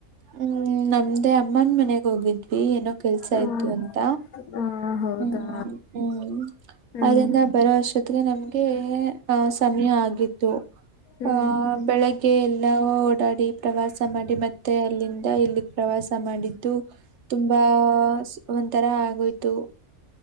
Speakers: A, on the right; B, on the left.
A: ಹ್ಮು ನಮ್ದೇ ಅಮ್ಮನ್ ಮನೆಗ್ ಹೋಗಿದ್ವಿ ಏನೋ ಕೆಲ್ಸ
B: ಹ್ಮ
A: ಇತ್ತು ಅಂತ
B: ಹ ಹೌದಾ
A: ಹ್ಮು ಹ್ಮು
B: ಹ್ಮ್
A: ಅಲ್ಲಿಂದ ಬರೊ ಅಸ್ಟೊತ್ತಿ <unintelligible> ನಮಗೆ ಎ ಅ ಸಮಯ ಆಗಿತ್ತು
B: ಹ್ಮ್
A: ಅ ಬೆಳಗ್ಗೆ ಎಲ್ಲ ಓಡಾಡಿ ಪ್ರವಾಸ ಮಾಡಿ ಮತ್ತೆ ಅಲ್ಲಿಂದ ಇಲ್ಲಿಗೆ ಪ್ರವಾಸ ಮಾಡಿದ್ದು ತುಂಬಾ ಒಂಥರ ಆಗೋ ಯ್ತು